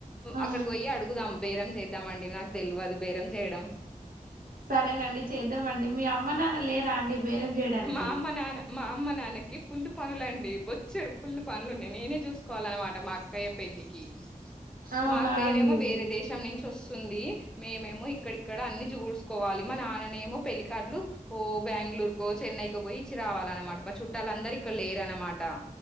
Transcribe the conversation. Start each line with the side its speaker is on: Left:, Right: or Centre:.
Right: ఆ
Centre: అక్కడికి పోయిి అడుగుదాం బేరం చేద్దామండి నాకు తెలియదు బేరం చేయడం
Right: సరేనండి చేద్దామండి మీ అమ్మ నాన్న లేరా అండి బేరం చేయడానికి
Centre: మా అమ్మ నాన్న మా అమ్మ నాన్నకి ఫుల్లు పనులండి బొచ్చాడ్ ఫుల్ పనులు ఉడి నేనే చూసుకోవాలన్నమాట మా అక్కయ్య పెళ్లిికి
Right: అవునా
Centre: మా అక్కయనేమో
Right: అండి
Centre: వేరే దేశం నుంచి వస్తు ంది మేమేమో ఇక్కడక్కడ అన్ని చూసుకోవాలి మా నాన్ననేమో పెళ్లిికార్డ్లు ఓ బెంగళూరు కో చెన్నైకి పోయి ఇచ్చి రావాలన్నమాట మా చుట్టాలు అందరి ఇక్కడ లేరునమాట